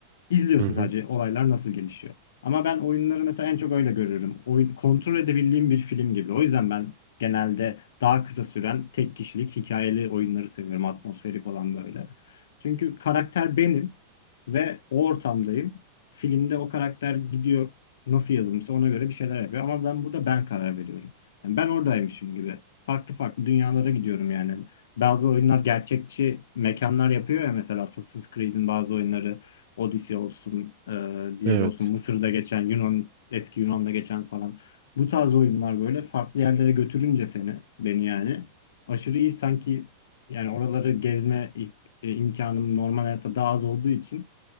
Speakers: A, on the left (about 80°); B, on the right (about 60°).
A: izliyorsun
B: Hı hı.
A: sadece olaylar nasıl gelişiyor ama ben oyunları mesela en çok öyle görüyorum oyun kontrol edebildiğim bir film gibi o yüzden ben genelde daha kısa süren tek kişilik hikayeli oyunları seviyorum atmosferik olan böyle çünkü karakter benim ve o ortamdayım filmde o karakter gidiyor nasıl yazılmışsa ona göre bir şeyler yapıyor. Ama ben burada ben karar veriyorum. Yani ben oradaymışım gibi. Farklı farklı dünyalara gidiyorum yani. Bazı oyunlar gerçekçi mekanlar yapıyor ya mesela Assassin's Creed'in bazı oyunları Odyssey olsun, e, diğeri
B: Evet.
A: olsun Mısır'da geçen, Yunan, eski Yunan'da geçen falan. Bu tarz oyunlar böyle farklı yerlere götürünce seni, beni yani aşırı iyi sanki yani oraları gezme i- e, imkanım normal hayatta daha az olduğu için